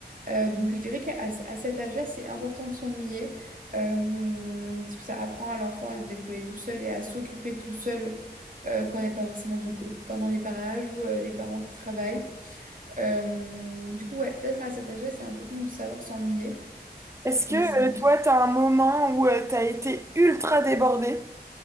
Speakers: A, on the right (about 50°); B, on the right (about 15°).
A: Euh, donc je dirais qu'à à ce- à cet âge-là, c'est important de s'ennuyer, euh, parce que ça apprend à l'enfant à se débrouiller tout seul et à s'occuper tout seul euh, quand il n'y a pas forcément de copains dans les parages ou euh, les parents qui travaillent. Euh, du coup, ouais, peut-être à cet âge-là, c'est important de savoir s'ennuyer.
B: Est-ce que
A: Mais sinon.
B: euh, toi, t'as un moment où tu t'as été ultra débordé?